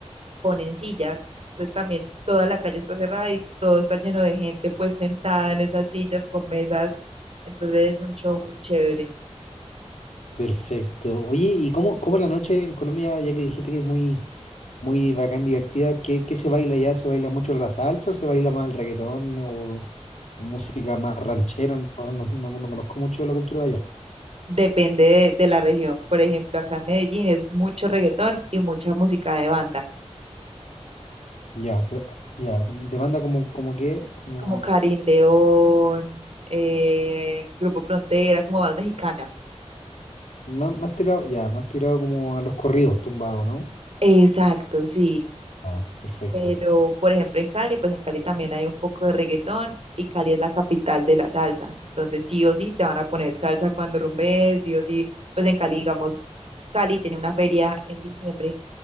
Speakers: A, on the right (about 60°); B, on the left (about 75°).
A: ponen sillas, entonces también toda la calle está cerrada y todo está lleno de gente pues sentada en esas sillas con mesas, entonces es un show muy chévere.
B: Perfecto. Oye, ¿y cómo, cómo es la noche en Colombia, ya que dijiste que es muy, muy bacán, divertida, ¿qué, qué se baila allá ¿Se baila mucho la salsa o se baila más el reggaetón o, o música más ranchera? No, no, no, no no conozco mucho la cultura de allá.
A: Depende de, de la región. Por ejemplo, acá en Medellín es mucho reggaetón y mucha música de banda,
B: Ya, pero, ya, demanda como, como que, como
A: como Karin León, eh, Grupo Frontera, como más mexicana.
B: más, más tirado, ya, más tirado como a los corridos tumbados, ¿no?
A: Exacto, sí.
B: Ah. Perfecto,
A: Pero, por ejemplo, en Cali, pues en Cali también hay un poco de reggaetón y Cali es la capital de la salsa. Entonces, sí o sí te van a poner salsa cuando rumbes, sí o sí. Pues en Cali, digamos, Cali tiene una feria en diciembre